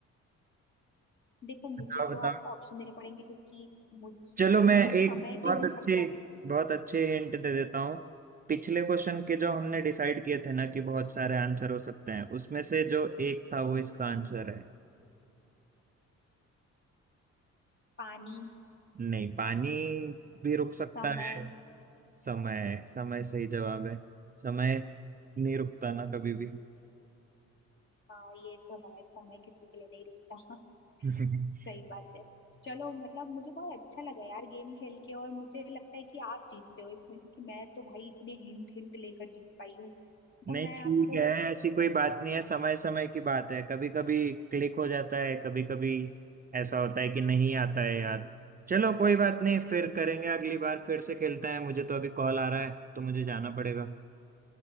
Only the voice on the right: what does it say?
बताओ
बताओ
चलो मैं
एक बहुत
अच्छे
बहुत अच्छे हिंट दे देता हूँ पिछले क्वेश्चन के जो हमने डिसाइड किए थे ना कि बहुत सारे आंसर हो सकते हैं उसमें से जो एक था वो इसका आंसर है
नहीं पानी भी रुक सकता
है समय समय सही जवाब है समय नहीं रुकता ना कभी भी
<laughs>
नहीं
ठीक
है ऐसी कोई बात नहीं है समय समय की बात है कभी कभी क्लिक हो जाता है कभी कभी ऐसा होता है कि नहीं आता है यार चलो कोई बात नहीं फिर करेंगे अगली बार फिर से खेलते हैं मुझे तो अभी कॉल आ रहा है तो मुझे जाना पड़ेगा